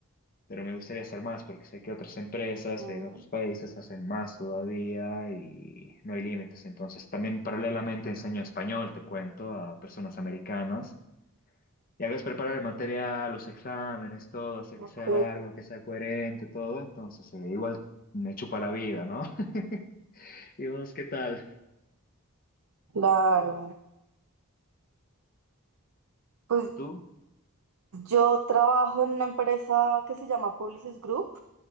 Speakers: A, on the left (about 40°); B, on the right (about 85°).
A: pero me gustaría hacer más porque sé que otras empresas
B: Ujú,
A: en otros países hacen más todavía y no hay límites. Entonces, también paralelamente enseño español, te cuento, a personas americanas ya ves, preparar el material, los exámenes, todo, hacer
B: Ok,
A: que sea largo, que sea coherente, todo. Entonces, eh, igual me chupa la vida, ¿no? <laughs> ¿Y vos qué tal?
B: claro. Pues
A: ¿Y tú?
B: yo trabajo en una empresa que se llama Publicis Group,